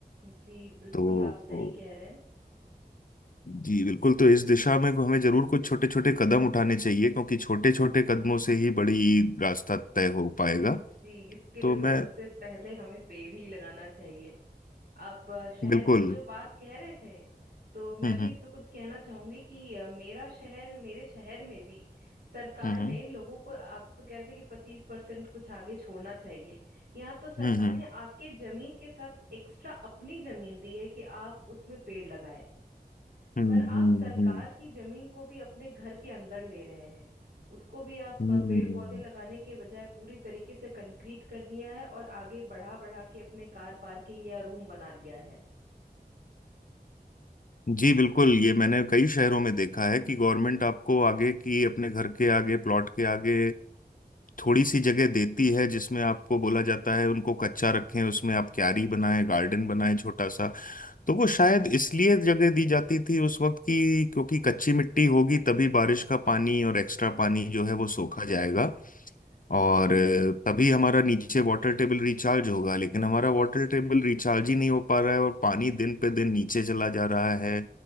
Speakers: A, on the right; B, on the left.
A: जी बिल्कुल
B: तो
A: आप सही कह रहे हैं
B: जी बिल्कुल तो इस दिशा में को हमें जरूर कुछ छोटे छोटे कदम उठाने चाहिए क्योंकि छोटे छोटे कदमों से ही बड़ी रास्ता तय हो
A: <clears throat>
B: पाएगा
A: हम्म। जी इसके लिए
B: तो
A: तो
B: मैं
A: सबसे पहले हमें पेड़ ही लगाना चाहिए आप अ, शहर
B: बिल्कुल
A: की जो बात कह रहे थे तो मैं
B: हम्म
A: भी इस पे कुछ कहना चाहूंगी कि अ, मेरा शहर मेरे शहर में भी सरकार
B: हम्म
A: ने
B: हम्म
A: लोगों को आप तो कह रहे थे कि पच्चीस परसेंट कुछ आगे छोड़ना चाहिए यहाँ तो सरकार
B: हम्म हम्म
A: ने आपके जमीन के साथ एक्स्ट्रा अपनी जमीन दी है कि आप उसमें पेड़ लगाए
B: हम्म
A: पर आप सरकार
B: हम्म
A: की जमीन को भी अपने घर के अंदर ले रहे हैं उसको भी आप
B: हम्म
A: अ, पेड़
B: हम्म,
A: पौधे लगाने के बजाय पूरी तरीके से कंक्रीट कर दिया है और आगे बढ़ा बढ़ा के अपने कार पार्किंग या रूम बना लिया है
B: जी बिल्कुल ये मैंने कई शहरों में देखा है कि गवर्नमेंट आपको आगे की अपने घर के आगे प्लॉट के आगे थोड़ी सी जगह देती है जिसमें आपको बोला जाता है उनको कच्चा रखें उसमें आप क्यारी बनाएं गार्डन बनाएं छोटा सा तो वो शायद इसलिए जगह दी जाती थी उस वक्त की क्योंकि कच्ची मिट्टी होगी तभी बारिश का पानी और एक्स्ट्रा पानी
A: जी
B: जो है वो सोखा जाएगा और
A: जी
B: अ, तभी हमारा नीचे वाटर टेबल रिचार्ज होगा लेकिन हमारा वाटर टेबल रिचार्ज ही नहीं हो पा रहा है और पानी दिन पे दिन नीचे चला जा रहा है